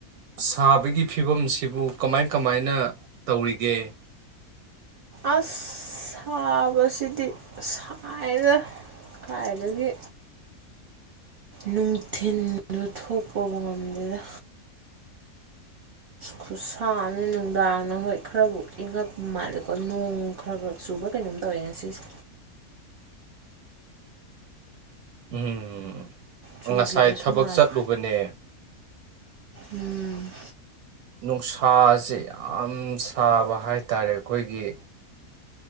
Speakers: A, on the right (about 80°); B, on the right (about 45°).
A: ꯁꯥꯕꯒꯤ ꯐꯤꯕꯝꯁꯤꯕꯨ ꯀꯃꯥꯏ ꯀꯃꯥꯏꯅ ꯇꯧꯔꯤꯒꯦ
B: ꯑꯁ ꯁꯥꯕꯁꯤꯗꯤ ꯁꯥꯏꯗ ꯀꯥꯏꯗꯒꯤ ꯅꯨꯡꯊꯤꯟ ꯊꯣꯛꯄꯕꯨ ꯉꯝꯗꯦꯅ ꯈꯨꯁꯥꯝꯅꯦ ꯅꯨꯡꯗꯥꯡꯅ ꯍꯣꯏ ꯈꯔꯕꯨ ꯏꯪꯉꯛꯄ ꯃꯥꯜꯂꯦꯀꯣ ꯅꯣꯡ ꯈꯔ ꯈꯔ ꯆꯨꯕ ꯀꯩꯅꯣꯝ ꯇꯧꯋꯦ ꯉꯁꯤꯁꯦ
A: ꯎꯝ
B: ꯆꯨꯈꯤꯕꯁꯨ
A: ꯉꯁꯥꯏ ꯊꯕꯛ
B: ꯃꯥꯜꯂꯦ
A: ꯆꯠꯂꯨꯕꯅꯦ
B: ꯎꯝ
A: ꯅꯨꯡꯁꯥꯁꯦ ꯌꯥꯝ ꯁꯥꯕ ꯍꯥꯏꯇꯔꯦ ꯑꯩꯈꯣꯏꯒꯤ